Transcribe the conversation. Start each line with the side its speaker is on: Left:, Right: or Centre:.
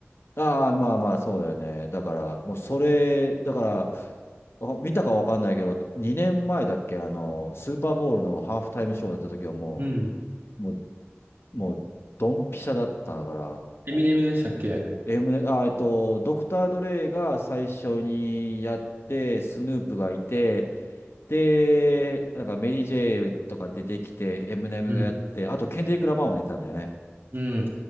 Left: ああ、まあまあ、そうだよね。だから、もうそれ、だから、あ見たかわかんないけど、2年前だっけ、あの、スーパーボウルのハーフタイムショーやった時はも
Right: うん、
Left: う、もうもう、ドンピシャだったから、
Right: エミネムでしたっけ
Left: M、あ、えっと、ドクター・ドレイが最初にやって、スヌープがいて、で、なんかメリー・ジェイとか出てきて、エムネムがやって、
Right: うん、
Left: あとケンデリック・ラマーも出てたんだよね。
Right: うん。